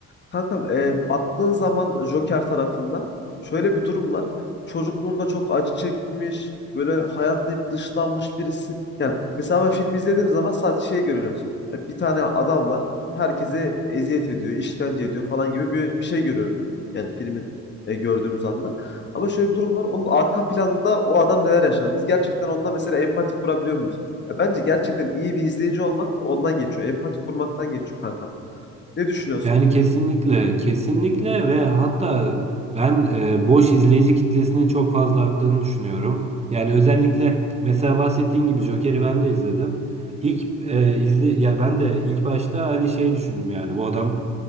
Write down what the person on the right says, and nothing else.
Yani kesinlikle, kesinlikle ve hatta ben e, boş izleyici kitlesinin çok fazla arttığını düşünüyorum. Yani özellikle mesela bahsettiğin gibi Joker'i ben de izledim. İlk e, izle ya ben de ilk başta hani şey düşündüm yani bu adam